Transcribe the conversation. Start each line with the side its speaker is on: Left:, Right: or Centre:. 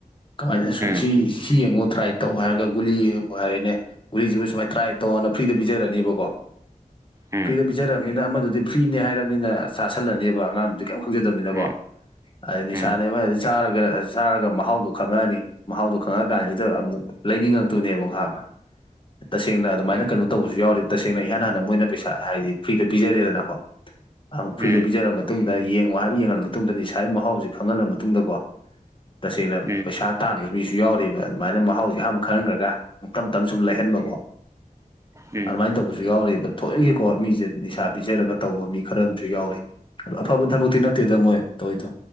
Left: ꯀꯃꯥꯏꯅ ꯁꯦ
Right: ꯎꯝ
Left: ꯁꯤ ꯁꯤ ꯌꯦꯡꯉꯣ ꯇ꯭ꯔꯥꯏ ꯇꯧ ꯍꯥꯏꯔꯒ ꯒꯨꯂꯤ ꯌꯦꯡꯉꯣ ꯍꯥꯏꯔꯦꯅꯦ ꯒꯨꯂꯤꯁꯤꯕꯨ ꯁꯨꯃꯥꯏꯅ ꯇ꯭ꯔꯥꯏ ꯇꯑꯣꯅ ꯐ꯭ꯔꯤꯗ ꯄꯤꯖꯔꯅꯤꯕꯀꯣ
Right: ꯎꯝ
Left: ꯐ꯭ꯔꯤꯗ ꯄꯤꯖꯔꯕꯅꯤꯅ ꯑꯃꯗꯨꯗꯤ ꯐ꯭ꯔꯤꯅꯦ ꯍꯥꯏꯔꯕꯅꯤꯅ ꯆꯥꯁꯜꯂꯅꯦꯕ ꯑꯉꯥꯡꯗꯨꯗꯤ ꯀꯩꯝ ꯈꯪꯖꯗꯕꯅꯤꯅꯀꯣ
Right: ꯎꯝ
Left: ꯑꯩ ꯅꯤꯁꯥꯅꯦꯕꯨ
Right: ꯎꯝ ꯎꯝ
Left: ꯍꯥꯏꯔꯗꯤ ꯆꯥꯔꯒ ꯆꯥꯔꯒ ꯃꯍꯥꯎ ꯃꯍꯥꯎꯗꯣ ꯈꯪꯉꯛꯑꯅꯤ ꯃꯍꯥꯎꯗꯣ ꯈꯪꯉꯛꯑꯀꯥꯟꯁꯤꯗ ꯑꯃꯨꯛ ꯂꯩꯅꯤꯡꯉꯛꯇꯣꯏꯅꯦꯕ ꯈꯪꯉꯕ ꯇꯁꯦꯡꯅ ꯑꯗꯨꯃꯥꯏꯅ ꯀꯩꯅꯣ ꯇꯧꯕꯁꯨ ꯌꯥꯎꯔꯤ ꯇꯁꯦꯡꯅ ꯏꯍꯥꯟ ꯍꯥꯟꯅ ꯃꯣꯏꯅ ꯄꯩꯁꯥ ꯍꯥꯏꯗꯤ ꯐ꯭ꯔꯤꯗ ꯄꯤꯖꯔꯦꯗꯅꯀꯣ ꯑ ꯐ꯭ꯔꯤꯗ
Right: ꯎꯝ
Left: ꯄꯤꯖꯔꯝꯃ
Right: ꯎꯝ
Left: ꯃꯇꯨꯡꯗ ꯌꯦꯡꯉꯨ ꯍꯥꯏꯕ ꯌꯦꯡꯍꯜꯂꯕ ꯃꯇꯨꯡꯗ ꯅꯤꯁꯥꯒꯤ ꯃꯍꯥꯎꯁꯤ ꯈꯪꯍꯜꯂ ꯃꯇꯨꯡꯗ ꯀꯣ ꯇꯁꯦꯡꯅ
Right: ꯎꯝ
Left: ꯄꯩꯁꯥ ꯇꯥꯟꯕ ꯃꯤꯁꯨ ꯌꯥꯎꯔꯤꯕ ꯑꯗꯨꯃꯥꯏꯅ ꯃꯍꯥꯎꯁꯦ ꯑꯍꯥꯟꯕ ꯈꯪꯍꯟꯈ꯭ꯔꯒ ꯇꯞ ꯇꯞ ꯁꯨꯝ ꯂꯩꯍꯟꯕꯀꯣ
Right: ꯎꯝ
Left: ꯑꯗꯨꯃꯥꯏꯅ ꯇꯧꯕꯁꯨ ꯌꯥꯎꯔꯤꯕ ꯊꯣꯏꯈꯤꯀꯣ ꯃꯤꯁꯦ ꯅꯤꯁꯥ ꯄꯤꯖꯔꯒ ꯇꯧꯕ ꯃꯤ ꯈꯔ ꯑꯃꯁꯨ ꯌꯥꯎꯔꯤ ꯑꯐꯕ ꯊꯕꯛꯇꯤ ꯅꯠꯇꯦꯗ ꯃꯣꯏ ꯇꯧꯔꯤꯗꯣ